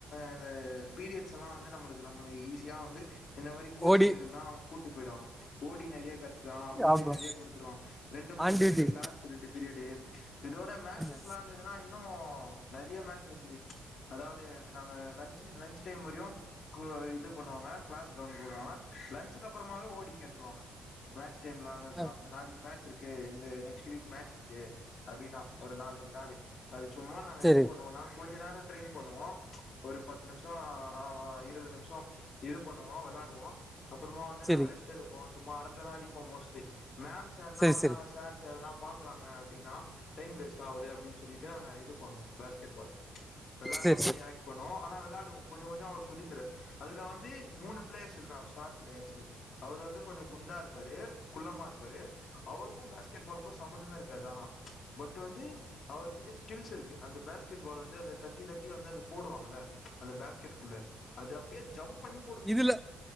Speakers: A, on the left (about 55°); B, in the centre.
A: இந்த பீரியட்ஸ் எல்லா வந்து நம்மளுக்கு நம்மள ஈஸியா வந்து இந்த மாதிரி கோச்சிங்
B: ஓடி
A: இருக்குறதுதா அவுங்க கூட்டு போய்டுவாங்க ஓடி நெறைய கட்த்றா ஓடி
B: ஆமா
A: நெறைய குடுத்துருவா ரெண்டு மூணு
B: ஆன்
A: பீரியடு
B: டியூட்டி
A: லாஸ்ட் ரெண்டு பீரியடு இதோட மேச்சஸ்ல்லா
B: ஆமா
A: இருந்ததுன்னா இன்னு நெறைய மேட்சஸ்ஸு அதாவது நாங்க லன்ச்சு லன்ச் டைம் வரியு இது பண்ணுவாங்க கிளாஸ் கவனிக்க போடுவாங்க லன்ச்சுக்கப் ப்றமாவே ஓடி கேட்டுருவாங்க மேட்ச் டைம்ல ஆனதுரா
B: ஆமா
A: நாளைக்கு மேட்ச் இருக்கு இந்த நெக்ஸ்ட் வீக் மேட்ச் இருக்கு அப்டின்னா ஒரு நாலஞ்சு நாளு அது சும்மா நாங்க
B: சரி
A: எப்டி பண்ணுவோனா கொஞ்ச நேரோ ட்ரெயின் பண்ணுவோ ஒரு பத்து நிமிஷோ ஆ ஆ இருது நிமிஷோ இது பண்ணுவோ வெளாடுவோ அப்பறமா வந்து
B: சரி
A: நாங்க ரெஸ்ட் ட் எடுப்போ சும்மா அரட்டதா அடிப்போ மோஸ்ட்லி மேம் சார்னா
B: சரி
A: வந்தாங்க
B: சரி
A: சார் சார்ல பாக்கறாங்க அப்டின்னா டைம் வேஸ்ட் ஆகுது அப்டின்னு சொல்லிட்டு அங்க இது பண்ணுவோ பேஸ்கெட் பால் வெளாட்ற
B: சரி
A: மாரி ஆக்ட் பண்ணுவோ ஆனா வெளாடுவோ கொஞ்ச கொஞ்சோ அவரு சொல்லிதரார் அதுல வந்து மூணு பிளேயர்ஸ் இருக்காங்க ஸ்டார் பிளேயர்ஸ்சு அவுரு வந்து கொஞ்ச குண்டா இருப்பாரு குள்ளமா இருப்பாரு அவருக்கும் பேஸ்கெட் பாலுக்கும் சம்பந்தமே இருக்காது ஆனா பட் வந்து அவருகிட்ட ஸ்கில்ஸ் இருக்கு அந்த பேஸ்கெட் பால் வந்து அந்த தட்டி தட்டி வந்து அது போடுவாங்கல்ல அந்த பேஸ்கெட்குள்ள அது அப்டியே ஜம்ப் பண்ணி
B: இதுல